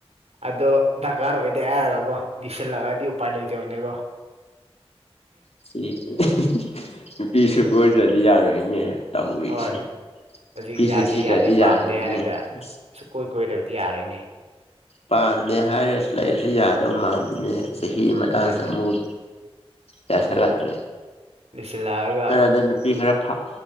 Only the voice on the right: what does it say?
ꯑꯗꯣ ꯗꯔꯀꯥꯔ ꯑꯣꯏꯗꯦ ꯍꯥꯏꯔꯒꯀꯣ ꯂꯤꯁꯤꯜꯂꯛꯑꯗꯤ ꯎꯄꯥꯏ ꯂꯩꯇꯕꯅꯦꯀꯣ
ꯍꯣꯏ ꯍꯧꯖꯤꯛ
ꯌꯥꯗꯦ
ꯌꯥꯗꯦ
ꯄꯥꯝꯗꯦ ꯍꯥꯏꯔꯒ
ꯁꯨꯛꯀꯣꯏ ꯀꯣꯏꯗꯕꯗꯤ ꯌꯥꯔꯣꯏꯅꯦ
ꯑꯗꯨꯅꯤ
ꯂꯤꯁꯤꯜꯂꯛꯑꯒ